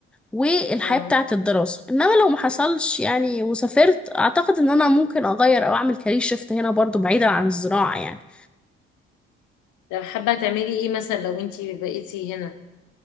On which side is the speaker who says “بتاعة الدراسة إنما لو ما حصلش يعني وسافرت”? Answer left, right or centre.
Centre